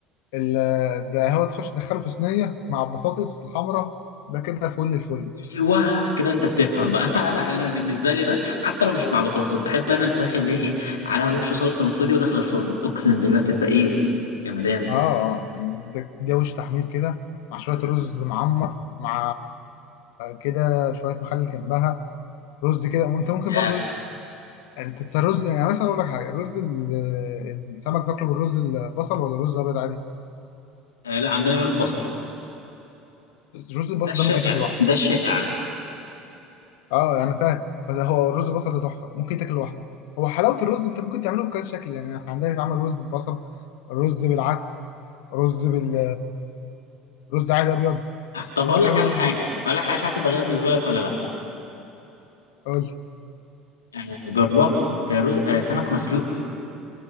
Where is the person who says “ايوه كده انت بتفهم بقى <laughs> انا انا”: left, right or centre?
Left